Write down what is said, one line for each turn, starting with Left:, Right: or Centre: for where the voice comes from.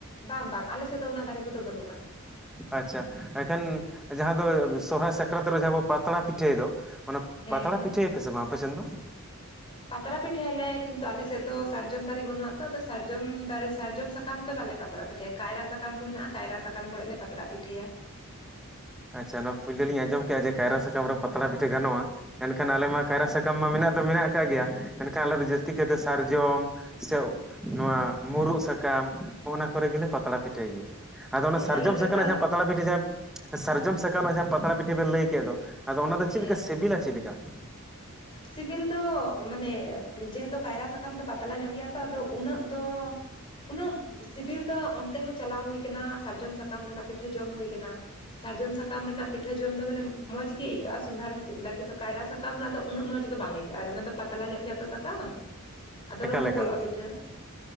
Left: ᱵᱟᱝ ᱵᱟᱝ ᱟᱞᱮ ᱥᱮᱫ ᱫᱚ ᱚᱱᱟ ᱫᱟᱨᱮ ᱠᱚᱫᱚ ᱵᱟᱹᱱᱩᱜᱼᱟ᱾
Centre: ᱟᱪᱪᱷᱟ᱾ ᱮᱱᱠᱷᱟᱱ ᱡᱟᱦᱟᱸ ᱫᱚ ᱥᱚᱨᱦᱟᱭ ᱥᱟᱠᱨᱟᱛ ᱨᱮ ᱡᱟᱦᱟᱸ ᱵᱚᱱ ᱯᱟᱛᱲᱟ ᱯᱤᱴᱷᱟᱹᱭ ᱫᱚ ᱚᱱᱟ ᱼᱼ
Left: ᱦᱮᱸ
Centre: ᱯᱟᱛᱲᱟ
Left: ᱦᱮᱸ
Centre: ᱯᱤᱴᱷᱟᱹᱭᱟᱯᱮ ᱥᱮ ᱵᱟᱝ ᱟᱯᱮ ᱥᱮᱱ ᱫᱚ?
Left: ᱯᱟᱛᱲᱟ ᱯᱤᱴᱷᱟᱹᱭᱟᱞᱮ ᱠᱤᱱᱛᱩ ᱟᱞᱮ ᱥᱮᱫ ᱫᱚ ᱥᱟᱨᱡᱚᱢ ᱫᱟᱨᱤ ᱵᱟᱹᱱᱩᱜᱼᱟ ᱛᱚ ᱟᱫᱚ ᱥᱟᱨᱡᱚᱢ ᱫᱟᱨᱤ ᱥᱟᱨᱡᱚᱢ ᱥᱟᱠᱟᱢ ᱨᱮᱫᱚ ᱵᱟᱞᱮ ᱯᱟᱛᱲᱟ ᱯᱤᱴᱷᱟᱹ ᱠᱟᱭᱨᱟ ᱥᱟᱠᱟᱢ ᱠᱚ ᱦᱮᱱᱟᱜᱼᱟ ᱠᱟᱭᱨᱟ ᱥᱟᱠᱟᱢ ᱠᱚᱨᱮ ᱞᱮ ᱯᱟᱛᱲᱟ ᱯᱤᱴᱷᱟᱹᱭᱟ᱾
Centre: ᱟᱪᱪᱷᱟ ᱱᱚᱶᱟ ᱯᱩᱭᱞᱳ ᱞᱤᱧ ᱟᱸᱡᱚᱢ ᱠᱮᱜ-ᱟ ᱡᱮ ᱠᱟᱭᱨᱟ ᱥᱟᱠᱟᱢ ᱨᱮ ᱼᱼ ᱯᱟᱛᱲᱟ ᱯᱤᱴᱷᱟᱹ ᱜᱟᱱᱚᱜᱼᱟ ᱮᱱᱠᱷᱟᱱ ᱟᱞᱮ ᱢᱟ ᱠᱟᱭᱨᱟ ᱥᱟᱠᱟᱢ ᱢᱟ ᱢᱮᱱᱟᱜ ᱫᱚ ᱢᱮᱱᱟᱜ ᱠᱟᱜ ᱜᱮᱭᱟ ᱢᱮᱱᱱᱠᱷᱟᱱ ᱟᱞᱮ ᱫᱚ ᱡᱟᱹᱥᱛᱤ ᱠᱟᱛᱮ ᱥᱟᱨᱡᱚᱢ ᱼᱼ ᱥᱮ ᱱᱚᱣᱟ ᱢᱩᱨᱩᱫ ᱥᱟᱠᱟᱢ ᱚᱱᱟ ᱠᱚᱨᱮ ᱜᱮᱞᱮ ᱯᱟᱛᱲᱟ ᱯᱤᱴᱷᱟᱹᱭ᱾ ᱟᱫᱚ
Left: ᱦᱮᱸ
Centre: ᱚᱱᱟ ᱥᱟᱨᱡᱚᱢ
Left: ᱟᱞᱮ ᱥᱮᱫ
Centre: ᱥᱟᱠᱟᱢ
Left: ᱫᱚ
Centre: ᱨᱮᱱᱟᱜ ᱡᱟᱦᱟᱸ ᱯᱟᱛᱲᱟ ᱯᱤᱴᱷᱟᱹ ᱡᱟᱦᱟᱸ ᱥᱟᱨᱡᱚᱢ ᱥᱟᱠᱟᱢ ᱡᱟᱦᱟᱸ ᱯᱟᱛᱲᱟ ᱯᱤᱴᱷᱟᱹ ᱵᱮᱱ ᱞᱟᱹᱭ ᱠᱮᱫ ᱫᱚ ᱟᱫᱚ ᱚᱱᱟ ᱫᱚ
Left: ᱦᱮᱸ
Centre: ᱪᱮᱫ ᱞᱮᱠᱟ ᱥᱤᱵᱤᱞᱟ ᱪᱮᱫ ᱞᱮᱠᱟ?
Left: ᱥᱤᱵᱤᱞ ᱫᱚ ᱢᱟᱱᱮ ᱡᱮᱦᱮᱛᱩ ᱠᱟᱭᱨᱟ ᱥᱟᱠᱟᱢ ᱫᱚ ᱯᱟᱛᱞᱟ ᱧᱚᱜ ᱜᱮᱭᱟ ᱛᱚ ᱟᱫᱚ ᱩᱱᱟᱹᱜ ᱫᱚ ᱩᱱᱟᱹᱜ ᱥᱤᱵᱤᱞ ᱫᱚ ᱚᱱᱛᱮ ᱦᱚᱸ ᱪᱟᱞᱟᱣ ᱦᱩᱭ ᱠᱟᱱᱟ ᱥᱟᱨᱡᱚᱢ ᱥᱟᱠ ᱠᱟᱢ ᱨᱮᱱᱟᱜ ᱯᱤᱴᱷᱟᱹ ᱡᱚᱢ ᱦᱩᱭ ᱟᱠᱟᱱᱟ᱾ ᱥᱟᱨᱡᱚᱢ ᱥᱟᱠᱟᱢ ᱨᱮᱱᱟᱜ ᱯᱤᱴᱷᱟᱹ ᱡᱚᱢ ᱫᱚ ᱢᱟᱱᱮ ᱢᱚᱸᱡᱽ ᱜᱮ ᱟᱹᱭᱠᱟᱹᱜᱼᱟ ᱥᱚᱸᱫᱷᱟᱲ ᱜᱮ ᱥᱤᱵᱤᱞᱟ ᱠᱤᱱᱛᱩ ᱠᱟᱭᱨᱟ ᱥᱟᱠᱟᱢ ᱨᱮᱱᱟᱜ ᱫᱚ ᱩᱱᱟᱹᱜ ᱢᱚᱸᱡᱽ ᱫᱚ ᱵᱟᱝ ᱟᱹᱭᱠᱟᱹᱜᱼᱟ᱾ ᱚᱱᱟ ᱫᱚ ᱯᱟᱛᱞᱟ ᱧᱚᱜ ᱜᱮᱭᱟ ᱛᱚ ᱥᱟᱠᱟᱢ ᱟᱫᱚ
Centre: ᱮᱠᱟᱞ
Left: ᱨᱚᱝᱜᱚ
Centre: ᱮᱠᱟᱞ
Left: ᱜᱚᱞᱚᱜᱼᱟ ᱯᱤᱴᱷᱟᱹ᱾